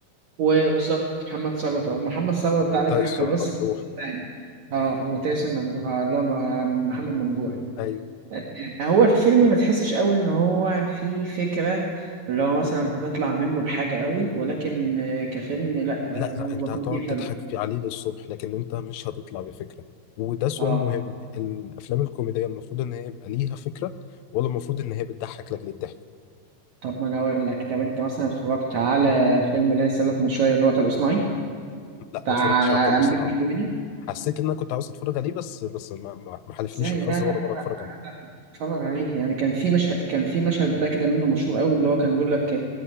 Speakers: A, on the right; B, on the left.
A: وبالظبط محمد ثروت آه، محمد ثروت ده
B: وتايسون
A: عليه ضحكه بص
B: ممدوح
A: يعني اه وتاسم ممدوح آه، اللي هو محمد ممدوح
B: أيوة.
A: آه، هو الفيلم ما تحسش قوي ان هو فيه فكره اللي هو مثلا هتطلع منه بحاجه قوي ولكن آه، كفيلم لا
B: لا
A: آه،
B: لا
A: هو
B: انت
A: كوميدي
B: هتقعد
A: حلو
B: تضحك في عليه للصبح لكن انت مش هتطلع بفكرة وده سؤال
A: اه
B: مهم الافلام الكوميديه المفروض ان هي يبقى ليها فكره ولا المفروض ان هي بتضحك لاجل الضحك
A: طب ما انا اقول لك طب انت مثلا اتفرجت على فيلم اللي انا لسه قايل لك من شويه اللي هو طلق صناعي
B: لا
A: بتاع
B: ما اتفرجتش على طلق
A: عمرو
B: سلام
A: الكدواني
B: حسيت ان انا كنت عاوز اتفرج عليه بس بس ما ما ما حالفنيش
A: ازاي
B: الحظ
A: لا لا لا
B: ولا مره اتفرج
A: لا،
B: عليه
A: لا. اتفرج عليه يعني كان في مشهد كان في مشهد بقى كده منه مشهور قوي اللي هو كان بيقول لك